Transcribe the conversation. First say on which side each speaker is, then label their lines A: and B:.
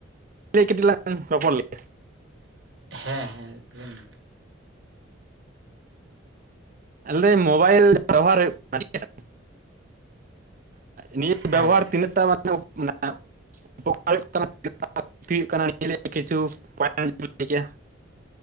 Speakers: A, on the right (about 45°); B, on the right (about 65°).
A: ᱤᱫᱤ ᱠᱟᱴᱤᱡ ᱞᱟᱝ ᱨᱚᱯᱚᱨ ᱞᱮᱱ ᱜᱮ
B: ᱦᱮᱸ ᱦᱮᱸ ᱞᱟᱹᱭ ᱢᱮ
A: ᱟᱞᱮ ᱢᱳᱵᱟᱭᱤᱞ ᱵᱮᱵᱚᱦᱟᱨ ᱦᱩᱭᱩᱜ ᱠᱟᱱᱟ ᱴᱷᱤᱠ ᱱᱤᱭᱟᱹ
B: ᱦᱮᱸ
A: ᱵᱮᱵᱚᱦᱟᱨ ᱛᱤᱱᱟᱹᱜ ᱴᱟ ᱢᱟᱱᱮ ᱢᱮ <unintelligible>